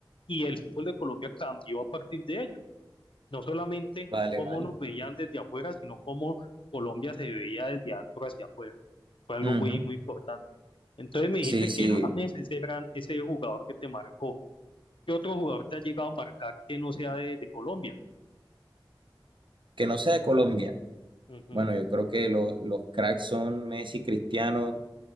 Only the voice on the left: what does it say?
y el fútbol de Colombia cambió a partir de ello. No solamente
cómo
nos veían desde afuera, sino cómo Colombia se veía desde adentro hacia afuera. Fue algo
muy, muy importante. Entonces me
dijiste que
James, ese gran, ese jugador que te marcó, ¿qué otro jugador te ha llegado a marcar que no sea de, de Colombia?
Ujú,